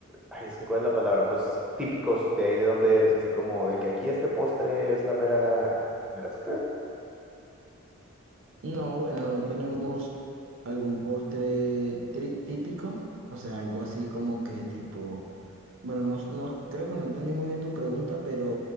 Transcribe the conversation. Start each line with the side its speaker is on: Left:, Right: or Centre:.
Centre: ay, es que ¿cuál es la palabra? Pues típicos de ahí de donde eres, así como de que aquí este postre es la mera... ¿La mera es qué?
Right: No, bueno, no tenemos algún postre tri- típico, o sea, algo así como que tipo Bueno, no, no- creo que no entendí muy bien tu pregunta, pero